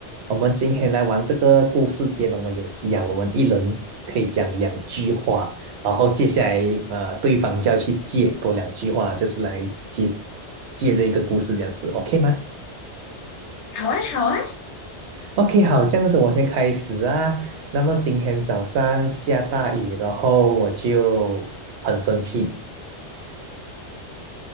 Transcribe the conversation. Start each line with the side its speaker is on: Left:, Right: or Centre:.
Right: 我们今天来玩这个故事接龙的游戏啊，我们一人可以讲两句话，然后接下来呃，对方就要去接多两句话，就是来接接这一个故事这样子，OK 吗
Left: 好啊，好啊，
Right: ？OK，好，这样子我先开始啊。那么今天早上下大雨，然后我就很生气，